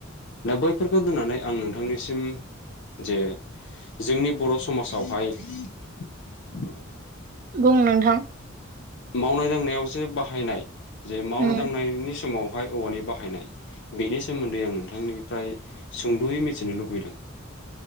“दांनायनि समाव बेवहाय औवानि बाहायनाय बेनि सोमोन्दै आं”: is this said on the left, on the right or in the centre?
Left